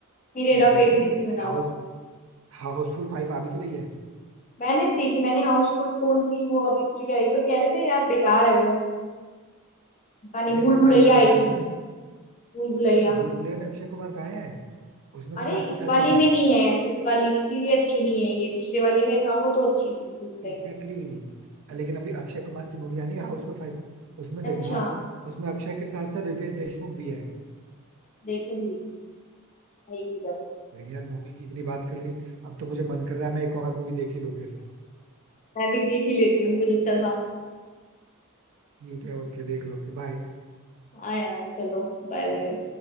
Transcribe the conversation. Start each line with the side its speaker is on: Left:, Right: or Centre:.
Left: फिर हेरा
Right: Exactly
Left: फेरी जैसी
Right: exactly,
Left: बनाओ
Right: हाउस हाउसफुल फाइव आ भी तो रही है
Left: मैंने नहीं देखी मैंने हाउसफुल कौन सी वो अभी थ्री आई पर कह रहे थे यार बेकार है वो पता नहीं
Right: अरे
Left: भूल
Right: अभी
Left: भुलैया
Right: फाइव आने
Left: आई
Right: वाली
Left: थी
Right: है ना
Left: भूल भुलैया
Right: अपने भूल भुलैया में अक्षय कुमार कहाँ है उसमें तो
Left: अरे
Right: कार्तिक
Left: इस
Right: आर्यन
Left: वाली
Right: था
Left: में नहीं है इस वाली इसीलिए अच्छी नहीं है ये पिछले वाली में था वो तो अच्छी थी भूल भुलैया
Right: Exactly exactly. लेकिन अभी अक्षय कुमार की मूवी आनी है हाउसफुल फाइव उसमें देखना
Left: अच्छा
Right: आप उसमें अक्षय के साथ साथ रितेश देशमुख भी है
Left: देखूंगी आएगी जब
Right: तो यार मूवी की इतनी बात कर ली अब तो मुझे मन कर रहा है मैं एक और मूवी देख ही लूँ फिर
Left: मैं भी देख ही लेती हूँ मुझे अच्छा सा
Right: ठीक है ओके देख लो फिर बाय
Left: हाँ यार चलो बाय बाय